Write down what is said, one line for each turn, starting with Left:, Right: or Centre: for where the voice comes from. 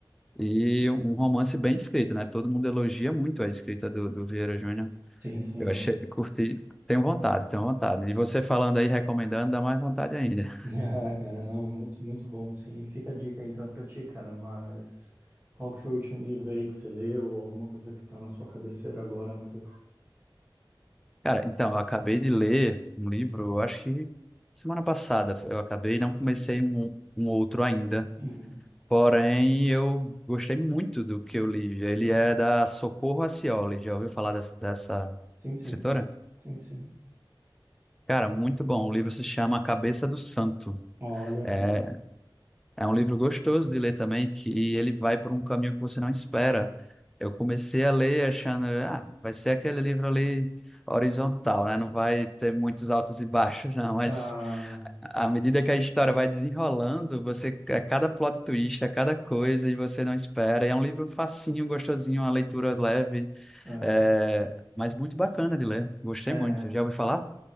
Centre: e um romance bem escrito, né? Todo mundo elogia muito a escrita do, do Vieira Júnior,
Right: Sim, sim.
Centre: eu achei,
Right: ó. <laughs>
Centre: curti, tenho vontade, tenho vontade, e você falando aí, recomendando, dá mais vontade ainda.
Right: Ah, cara, não, muito, muito bom, assim. Fica a dica, então, pra ti, cara, mas qual que foi o último livro aí que você leu ou alguma coisa que tá na sua cabeceira agora, Matheus?
Centre: Cara, então, eu acabei de ler um livro, eu acho que semana passada eu acabei, não comecei um, um outro ainda.
Right: Uhum.
Centre: Porém, eu gostei muito do que eu li. Ele é da Socorro Acioli. Já ouviu falar dessa, dessa
Right: Sim, sim.
Centre: escritora?
Right: Sim, sim.
Centre: Cara, muito bom. O livro se chama A Cabeça do Santo.
Right: Olha, cara.
Centre: É É um livro gostoso de ler também, que ele vai por um caminho que você não espera. Eu comecei a ler achando, ah, vai ser aquele livro ali horizontal, né? Não vai ter muitos altos e baixos, não. Mas
Right: Ah,
Centre: à medida que a história vai desenrolando, você, a cada plot twist, a cada coisa, e você não espera. E é um livro facinho, gostosinho, uma leitura leve,
Right: é,
Centre: é, mas muito bacana de ler. Gostei
Right: é,
Centre: muito. Já ouvi falar?
Right: cara.